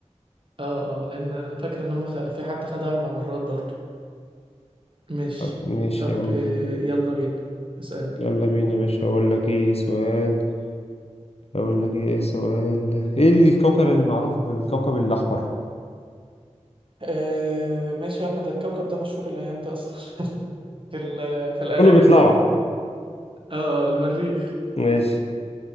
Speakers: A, on the right (about 45°); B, on the left (about 55°).
A: اه اه لان انا فاكر ان هم خ... في حد خدها اربع مرات برضو ماشي
B: ماشي
A: طب
B: يا عم
A: آه، يلا بينا اسألني
B: يلا بينا يا باشا هقول لك ايه سؤال هقول لك ايه سؤال ايه اللي الكوكب اللي معروف بالكوكب الأحمر
A: آه ماشي يا عم ده الكوكب ده مشهور الايام دي اصلا <laughs> في ال... في الاغاني
B: كله بيطلعوا
A: وكده اه آه، المريخ
B: ماشي